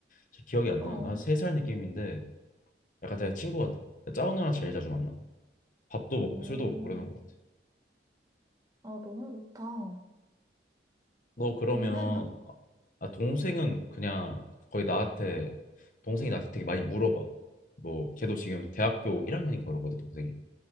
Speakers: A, on the left (about 45°); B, on the right (about 20°).
A: 잘 기억이 안
B: 어,
A: 나. 한세살 느낌인데 약간 되게 친구 같아. 작은 누나랑 제일 자주 만나. 밥도
B: 음,
A: 먹고 술도 먹고 그러는 것 같아.
B: 아, 너무 좋다.
A: 너 그러면
B: 동생은?
A: 아 아, 동생은 그냥 거의 나한테 동생이 나한테 되게 많이 물어봐. 뭐 걔도 지금 대학교 1학년인가 그러거든 동생이.